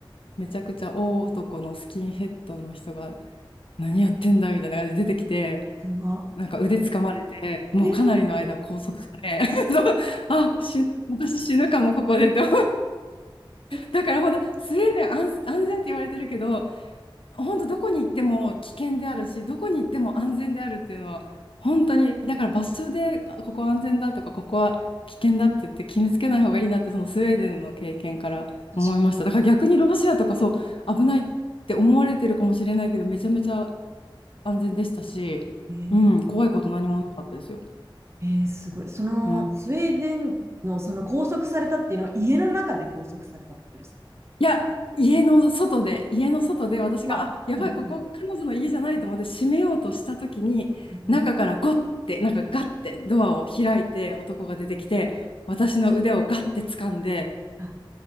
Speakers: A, on the left; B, on the right.
A: めちゃくちゃ大男のスキンヘッドの人が何やってんだみたいな感じで出てきて
B: これは。
A: なんか腕掴まれてもうかなりの間拘束され
B: えー、
A: <laughs> そうあ死ぬ私死ぬかもここでって思う
B: えー、
A: だからほんとスウェーデン安、安全って言われてるけど本当どこに行っても危険であるし、どこに行っても安全であるっていうのは、本当に、だから場所で、あここ安全だとか、ここは危険だって言って決めつけない方がいいなって、そのスウェーデンの経験から思いました。
B: 確か
A: だから逆にロシアとかそう、危ないって思われてるかもしれないけど、めちゃめちゃ安全でしたし、
B: に。
A: うん、怖いこと何もなかったですよ。
B: えー、えーすごい。その、
A: うん
B: スウェーデンの、その、拘束されたっていうのは、家の中で拘束されたってことですか
A: いや、家の外で、家の外で私が、
B: まあ、
A: あ、やばい、
B: うんうん
A: ここ彼女の家じゃないと思って閉めようとした時に、
B: うんうん。
A: 中からゴッて、なんかガッてドアを開いて男が出てきて、私の腕をガッて掴んで、
B: あ、